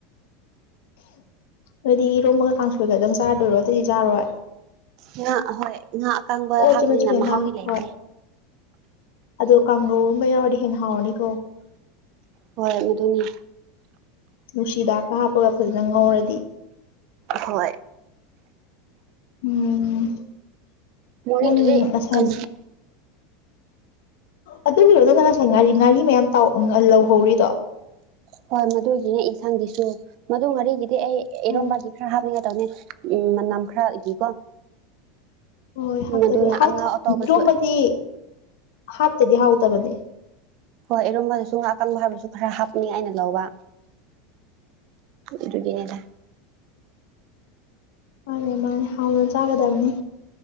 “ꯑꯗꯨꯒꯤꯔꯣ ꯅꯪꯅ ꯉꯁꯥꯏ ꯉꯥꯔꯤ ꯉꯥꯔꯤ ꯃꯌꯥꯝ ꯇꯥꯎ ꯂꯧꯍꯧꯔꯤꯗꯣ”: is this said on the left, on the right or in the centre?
Left